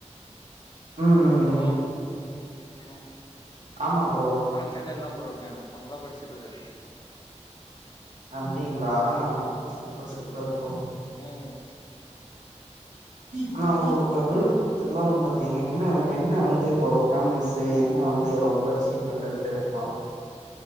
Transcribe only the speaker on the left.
ஹலோ ம்
நானும் சென்னையில தா ப்ரோ இருக்கே இப்ப அங்கதா படிச்சுட்டு இருக்க
உம்